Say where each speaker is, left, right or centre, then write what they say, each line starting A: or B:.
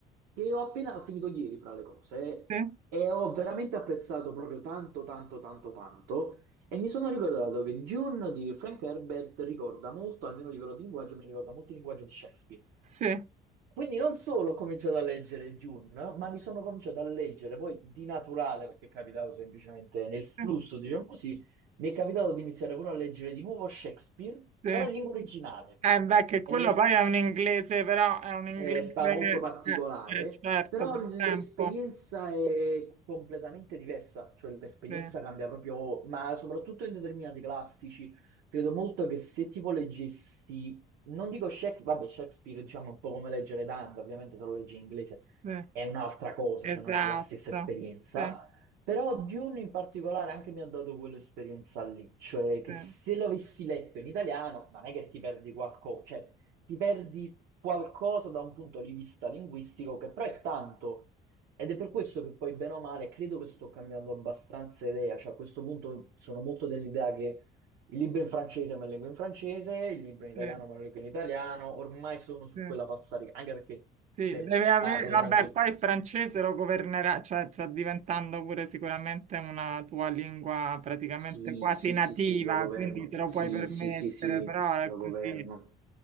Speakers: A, on the right; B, on the right.
A: che ho appena finito ieri fra le cose
B: sì,
A: e ho veramente apprezzato proprio tanto, tanto, tanto, tanto. E mi sono ricordato che Dune di Frank Herbert ricorda molto, almeno a livello di linguaggio, mi ricorda molto il linguaggio di Shakespeare.
B: sì,
A: Quindi non solo ho cominciato a leggere Dune, ma mi sono cominciato a leggere poi di naturale, perché è capitato semplicemente nel flusso,
B: sì.
A: diciamo così, mi è capitato di iniziare pure a leggere di nuovo Shakespeare,
B: sì.
A: però in lingua originale.
B: Eh beh, che quello
A: E l'esp-
B: poi è un inglese, però è un inglese,
A: è pa- molto particolare,
B: eh, eh, certo,
A: però
B: del
A: l'esperienza
B: tempo.
A: è completamente diversa, cioè l'esperienza
B: Sì,
A: cambia proprio, ma soprattutto in determinati classici, credo molto che se tipo leggessi, non dico Shakespeare, vabbè Shakespeare diciamo è un po' come leggere Dante, ovviamente se lo leggi in inglese
B: sì,
A: è un'altra cosa,
B: esatto.
A: cioè non è la stessa esperienza,
B: Sì,
A: però Dune in particolare anche mi ha dato quell'esperienza lì, cioè che
B: sì,
A: se l'avessi letto in italiano non è che ti perdi qualcosa, cioè ti perdi qualcosa da un punto di vista linguistico che però è tanto. Ed è per questo che poi, bene o male, credo che sto cambiando abbastanza idea. Cioè, a questo punto sono molto dell'idea che il libro in francese me lo leggo in francese, il libro in italiano
B: sì,
A: me lo leggo in italiano. Ormai sono su
B: sì.
A: quella falsariga, anche perché,
B: Sì,
A: cioè,
B: deve avere,
A: parlo
B: vabbè,
A: tranquillo.
B: poi il francese lo governerà, cioè sta diventando pure sicuramente una tua lingua praticamente
A: Sì,
B: quasi
A: sì,
B: nativa,
A: sì, sì, lo governo.
B: quindi te lo
A: Sì,
B: puoi permettere,
A: sì, sì, sì,
B: però è
A: lo
B: così.
A: governo.